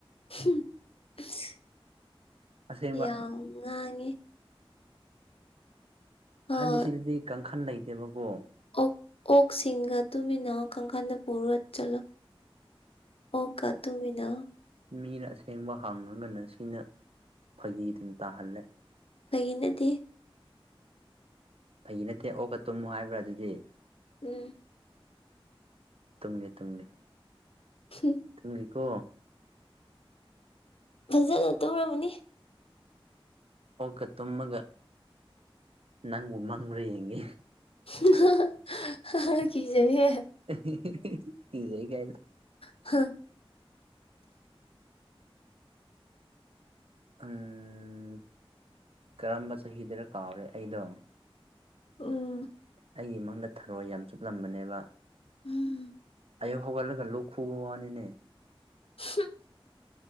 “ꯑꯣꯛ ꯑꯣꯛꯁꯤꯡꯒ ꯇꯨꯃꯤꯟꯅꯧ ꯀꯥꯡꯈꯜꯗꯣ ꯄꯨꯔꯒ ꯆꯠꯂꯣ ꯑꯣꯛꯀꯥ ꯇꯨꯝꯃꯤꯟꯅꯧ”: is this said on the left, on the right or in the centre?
Left